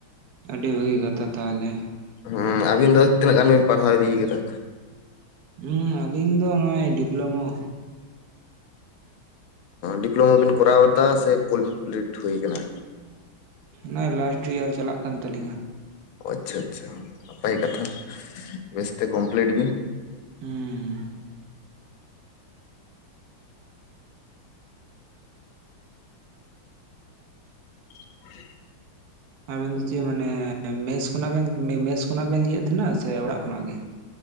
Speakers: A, on the right; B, on the left.
A: ᱟᱹᱰᱤ ᱵᱷᱟᱹᱜᱤ ᱠᱟᱛᱷᱟ ᱛᱟᱦᱚᱞᱮ᱾
B: ᱦᱮᱸ ᱟᱵᱤᱱ ᱫᱚ ᱛᱤᱱᱟᱹᱜ ᱜᱟᱱ ᱵᱤᱱ ᱯᱟᱲᱦᱟᱣ ᱤᱫᱤ ᱠᱟᱫᱟ?
A: ᱦᱩ ᱟᱹᱞᱤᱧ ᱫᱚ ᱱᱚᱜᱼᱚᱭ ᱰᱤᱯᱞᱳᱢᱳ
B: ᱰᱤᱯᱞᱳᱢᱟ ᱵᱮᱤᱱ ᱠᱚᱨᱟᱣᱫᱟ ᱥᱮ ᱠᱚ ᱠᱚᱢᱯᱞᱤᱴ ᱦᱩᱭ ᱠᱟᱱᱟ᱾
A: ᱱᱚᱭ ᱞᱟᱥᱴ ᱤᱭᱟᱨ ᱪᱟᱞᱟᱜ ᱠᱟᱱ ᱛᱟᱹᱞᱤᱧᱟ᱾
B: ᱟᱪᱪᱷᱟ ᱟᱪᱪᱷᱟ ᱱᱟᱯᱟᱭ ᱠᱟᱛᱷᱟ ᱵᱮᱥᱛᱮ ᱠᱚᱢᱯᱞᱤᱴ ᱵᱤᱱ
A: ᱦᱩᱸ
B: <inaudible>
A: ᱟᱵᱮᱱ ᱫᱚ ᱪᱮᱫ ᱢᱟᱱᱮ ᱢᱮᱥ ᱠᱷᱚᱱᱟᱜ ᱵᱮᱱ ᱢᱮᱥ ᱠᱷᱚᱱᱟᱜ ᱵᱮᱱ ᱤᱭᱮᱫ ᱛᱟᱦᱮᱱᱟ ᱥᱮ ᱚᱲᱟᱜ ᱠᱷᱚᱱᱟᱜ ᱜᱮ